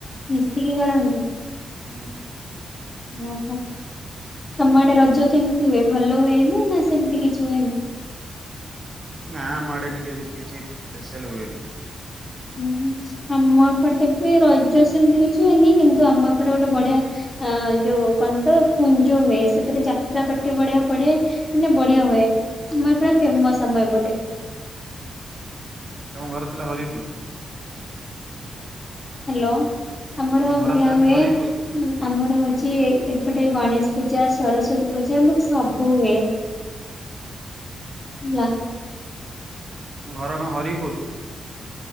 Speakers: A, on the left; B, on the right.
A: ମିଶିକି କରନ୍ତି।
B: ହୁଁ।
A: ଓ ହୋ। ତମ ଆଡେ ରଜ କେମିତି ହୁଏ ଭଲ ହୁଏନି ନା ସେମିତି କିଛି ହୁଏନି?
B: ନା ଆମ ଆଡେ ଟିକେ କିଛି ସ୍ପେସାଲ୍ ହୁଏନି।
A: ଓହୋ ଆମ ଏପଟେ ବି ରଜ ସେମିତି କିଛି ହୁଏନି କିନ୍ତୁ ଆମ ଏପଟେ ଗୋଟେ ବଢିଆ ଅ ଯୋଉ କଣ ତ କୁଞ୍ଜ ହୁଏ ସେଥିରେ ଯାତ୍ରା ପାଟି ବଢିଆ ପଡେ। ମାନେ ବଢିଆ ହୁଏ ଆମର ପୁରା ଫେମସ ଆମର ଏପଟେ।
B: ତମ ଘର ଥିଲା ହରିପୁର।
A: ହ୍ୟାଲୋ ଆମର
B: ତମ ଘର
A: ବଢିଆ
B: ତାହେଲେ
A: ହୁଏ।
B: ହରିପୁର
A: ହଁ ଆମର ହଉଛି ଏପଟେ ଗଣେଶ ପୂଜା, ସରସ୍ଵତୀ ପୂଜା, ଆମର ସବୁ ହୁଏ। ଲା।
B: ଘର କଣ ହରିପୁର?